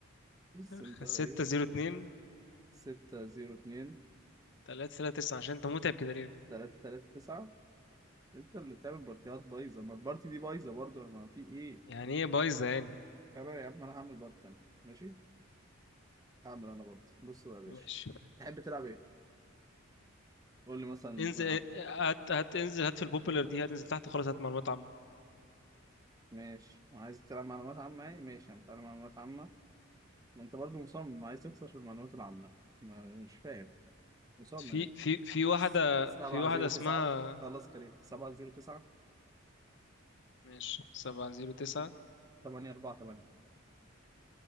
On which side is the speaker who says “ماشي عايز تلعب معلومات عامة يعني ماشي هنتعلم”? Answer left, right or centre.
Right